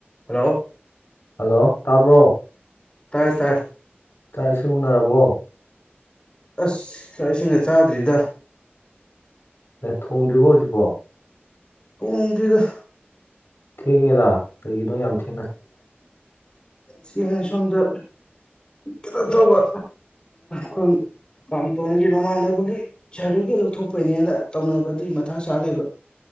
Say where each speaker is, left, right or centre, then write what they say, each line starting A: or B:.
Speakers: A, on the left; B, on the left.
A: hello
B: hello ꯇꯥꯕ꯭ꯔꯣ
A: ꯇꯥꯏ ꯇꯥꯏ
B: ꯆꯥꯛ ꯏꯁꯤꯡ ꯎꯅꯔꯕꯣ
A: ꯑꯁ ꯆꯥꯛ ꯏꯁꯤꯡꯒ ꯆꯥꯗ꯭ꯔꯤꯗꯥ
B: ꯑꯦ ꯊꯣꯡꯎꯗ꯭ꯔꯤꯕꯣ ꯍꯧꯖꯤꯛꯐꯧ
A: ꯍꯣꯡꯗꯤꯗ
B: ꯊꯦꯡꯉꯦꯗ ꯀꯔꯤꯒꯤꯅꯣ ꯌꯥꯝ ꯊ
A: ꯁꯤꯍꯥꯏ ꯁꯝꯗ ꯈꯤꯩꯅ ꯇꯧꯕ ꯈꯨꯟ ꯃꯥꯝꯇꯣꯝꯒꯤ ꯃꯃꯥꯟꯅꯕꯒꯤ ꯁꯥꯔꯗꯤꯕꯤꯒꯦꯠ ꯂꯧꯊꯣꯛꯄꯩꯅꯦꯅ ꯇꯧꯅꯕ ꯑꯗꯨꯒꯤ ꯃꯊꯥ ꯁꯥ ꯂꯩꯕ